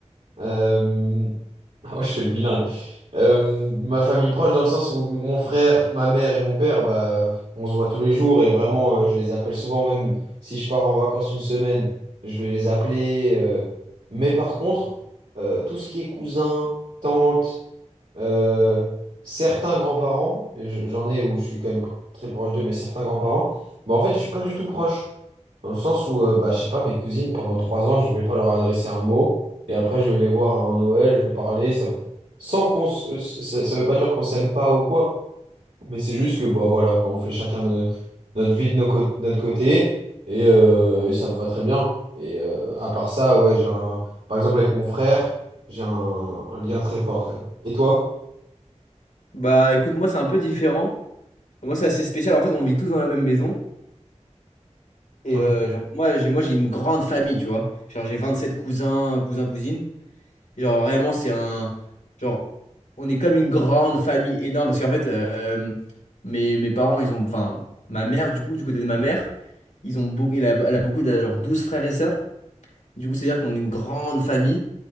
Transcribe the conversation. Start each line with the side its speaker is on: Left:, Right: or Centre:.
Right: Euh, Ah ouais, je fais le bilingue. Euh, ma famille proche dans le sens où mon frère, ma mère et mon père, bah, on se voit tous les jours et vraiment, euh, je les appelle souvent, même si je pars en vacances une semaine, je vais les appeler. euh. Mais par contre, euh, tout ce qui est cousin, tante, euh, certains grands-parents, et je- j'en ai où je suis quand même très proche d'eux, mais certains grands-parents, bah, en fait, je suis pas du tout proche. Dans le sens où, euh, bah, je sais pas, mes cousines, pendant trois ans, je vais pas leur adresser un mot. Et après, je vais les voir à un Noël, je vais parler. Ça va... Sans qu'on s- euh, ça, ça veut pas dire qu'on s'aime pas ou quoi, mais c'est juste que, bah voilà, quoi, on fait chacun no- notre vie de nos cô- notre côté et, euh, et ça me va très bien. Et euh, à part ça, ouais, j'ai un... Par exemple, avec mon frère, j'ai un, un lien très fort quand même. Et toi?
Left: Bah écoute, moi c'est un peu différent. Moi c'est assez spécial. En fait, on vit tous dans la même maison. Et
Right: Ok.
Left: euh, genre, moi, j'ai moi, j'ai une grande famille, tu vois. Genre, j'ai 27 cousins, cousins, cousines. Et Genre, vraiment, c'est un. Genre, on est comme une grande famille énorme. Parce qu'en fait, euh, mes, mes parents, ils ont. Enfin, ma mère, du coup, du côté de ma mère, ils ont beaucoup, elle a, elle a beaucoup de, genre, 12 frères et sœurs. Du coup, c'est-à-dire qu'on est une grande famille.